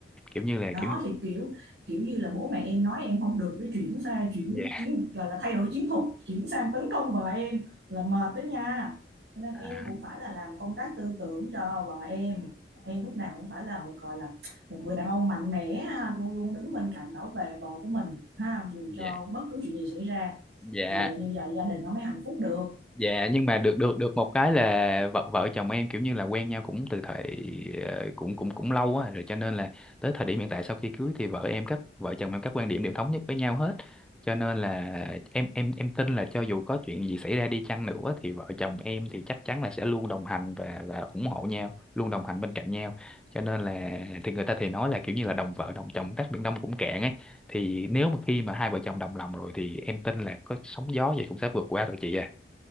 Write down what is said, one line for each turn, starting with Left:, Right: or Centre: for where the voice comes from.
Centre: kiểu như là
Right: đó
Centre: kiểu như
Right: thì kiểu kiểu như là bố mẹ em nói em không được cái chuyển sang chuyển
Centre: dạ
Right: chiến gọi là thay đổi chiến thuật chuyển sang tấn công vợ em là mệt đó nha cho nên
Centre: à,
Right: em cũng phải là làm công tác tư tưởng cho vợ em em lúc nào cũng phải là một gọi là một người đàn ông mạnh mẽ ha, luôn luôn đứng bên cạnh bảo vệ vợ của mình ha dù
Centre: dạ
Right: cho bất cứ chuyện gì xảy ra
Centre: dạ
Right: thì như vậy gia đình nó mới hạnh phúc được
Centre: Dạ nhưng mà được được được một cái là vợ vợ chồng em kiểu như là quen nhau cũng từ thời ờ, cũng cũng cũng lâu á rồi cho nên là tới thời điểm hiện tại sau khi cưới thì vợ em các vợ chồng em các quan điểm đều thống nhất với nhau hết cho nên là em em em tin là cho dù có chuyện gì xảy ra đi chăng nữa thì vợ chồng em thì chắc chắn là sẽ luôn đồng hành và và ủng hộ nhau luôn đồng hành bên cạnh nhau cho nên là thì người ta thì nói là kiểu như là đồng vợ đồng chồng tát biển Đông cũng cạn ấy thì nếu mà khi mà hai vợ chồng đồng lòng rồi thì em tin là có sóng gió gì cũng sẽ vượt qua rồi chị ạ